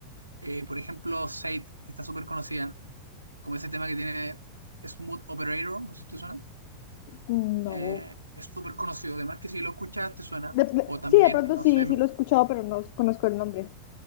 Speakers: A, on the right; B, on the left.
A: eh, por ejemplo, Sade, que está súper conocida, como ese tema que tiene Smooth Operator, no sé si te suena.
B: No.
A: Eh, es súper conocido, además que si lo escuchas te suena.
B: De- de-
A: O también,
B: sí, de pronto
A: no
B: sí,
A: sé,
B: sí
A: me gusta,
B: lo he escuchado, pero no conozco el nombre.